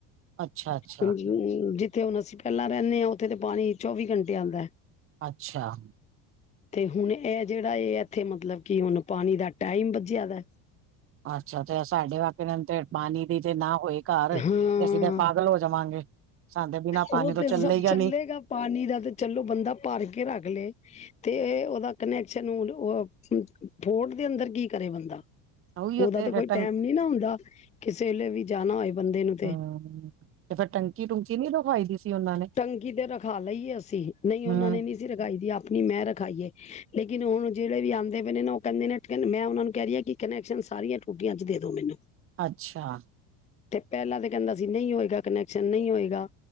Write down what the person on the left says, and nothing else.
ਹ ਜਿਥੇ ਹੁਣ ਅਸੀ ਪਹਿਲਾ ਰਹਿੰਨੇ ਹਾਂ ਉਥੇ ਤੇ ਪਾਣੀ ਚੋਵੀ ਘੰਟੇ ਆਂਦਾ ਏ।
ਤੇ ਹੁਣ ਇਹ ਜਿਹੜਾ ਇਹ ਇਥੇ ਮਤਲਬ ਕਿ ਹੁਣ ਪਾਣੀ ਦਾ ਟਾਈਮ ਵਜਿਆ ਵੇ-
ਹਾਂ
ਉਹ
ਤੇ
ਸਭ
ਚੱਲੇਗਾ
ਪਾਣੀ ਦਾ ਤੇ ਚਲੋ ਬੰਦਾ ਭਰ ਕੇ ਰਖ ਲਏ- ਤੇ ਉਹਦਾ ਕਨੈਕਸ਼ਨ ਹੁਣ ਓ ਥੋੜ ਦੇ ਅੰਦਰ ਕੀ ਕਰੇ ਬੰਦਾ।
ਉਹਦਾ ਤੇ
ਕੋਈ
ਟੈਮ ਨੀ ਨਾ ਹੁੰਦਾ ਕਿਸੇ ਵੇਲੇ ਵੀ ਜਾਣਾ ਹੋਏ ਬੰਦੇ ਨੂੰ ਤੇ-
ਟੰਕੀ ਤੇ ਰਖਾ ਲਈਏ ਅਸੀ, ਨਹੀ ਉਹਨਾ
ਨੇ ਨੀ- ਰਖਾਈ ਦੀ ਆਪਣੀ ਮੈ ਰਖਾਈਏ ਲੇਕਿਨ ਹੁਣ ਜਿਹੜੇ ਵੀ ਆਉਦੇ ਪੇ ਨੇ ਉਹ ਕਹਿਦੇ ਨੇ ਮੈ ਉਹਨਾ ਨੂੰ ਕਹਿ ਰਹੀ ਹਾਂ ਕਿ- ਕਨੈਕਸ਼ਨ ਸਾਰੀਆਂ ਟੂਟੀਆਂ 'ਚ ਦੇ ਦੋ ਮੈਨੂੰ-
ਤੇ ਪਹਿਲਾ ਤਾਂ ਕਹਿੰਦਾ ਸੀ ਨਹੀ ਹੋਏਗਾ ਕਨੈਕਸ਼ਨ ਨਹੀ ਹੋਏਗਾ।